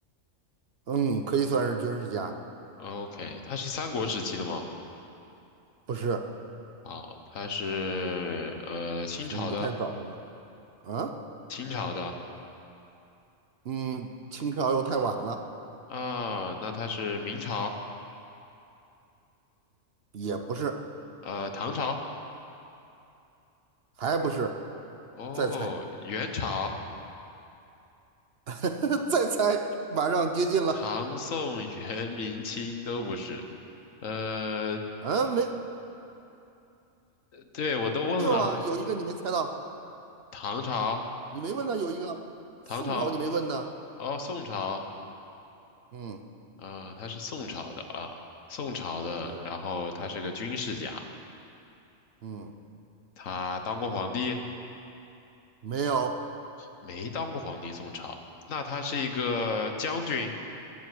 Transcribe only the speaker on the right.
嗯，可以算是军事家，
不是，
我国太早了啊。
嗯，清朝又太晚了，
也不是，
还不是，
再猜，<laughs> 再猜，马上接近了。
啊，没。
没有啊，有一个你没猜到，
你没问呢，有一个宋朝你没问呢。
嗯，
对，
嗯，
没有，